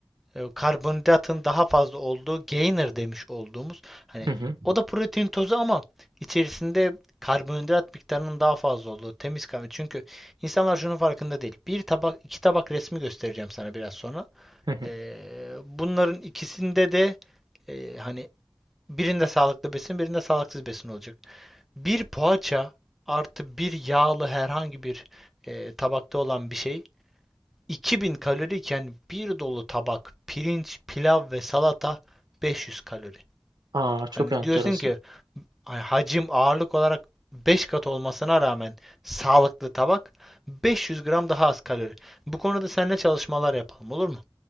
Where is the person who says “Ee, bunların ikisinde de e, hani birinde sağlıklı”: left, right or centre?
Centre